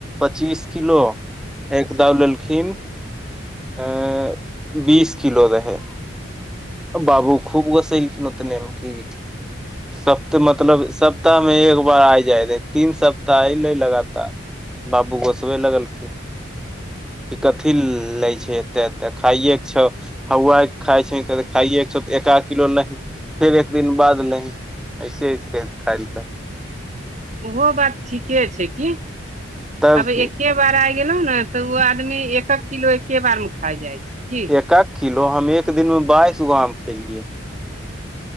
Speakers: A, in the centre; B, on the right (about 35°).
A: पच्चीस किलो एक दौ लेलखिन अ बीस किलो रहै बाबू खूब गोसैलकीन ओतने म की सप्त मतलब सप्ताह मे एक बार आइ जाय रहै तीन सप्ताह अलै लगातार बाबू गोसबे लगलखिन क कथी ले छै एतेे एते खाइे के छौ हवाय खााय छै खाइके छौ त एकाध किलो नहीं फेर एक दिन बाद लही ऐसे इस खायइलकै
B: ओहो बात ठीके छै की
A: तब
B: अब
A: की
B: एके बार आ गेलौ ने तऽ ओ आदमी एक एक किलो एके बार मे खा जाइ छै
A: एक एक किलो हम एक दिन में बाइसगो आम खेलियै